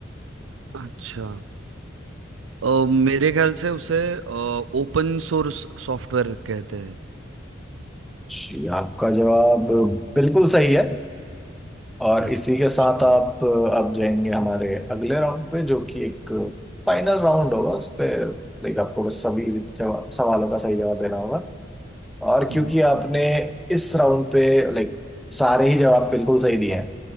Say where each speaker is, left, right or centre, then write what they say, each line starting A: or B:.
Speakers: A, on the right; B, in the centre.
A: अच्छा आ, मेरे ख्याल से उसे ओपन सोर्स सॉफ्टवेयर कहते हैं
B: जी आपका जवाब बिल्कुल सही है और
A: अरे
B: इसी के साथ
A: शुक्रिया
B: आप अब जाएंगे हमारे अगले राउंड पे जो कि एक फाइनल राउंड होगा उस पे लाइक आपको बस सभी जवाब सवालों का सही जवाब देना होगा और
A: हम्म
B: क्योंकि आपने इस राउंड पे लाइक सारे ही जवाब बिल्कुल सही दिए हैं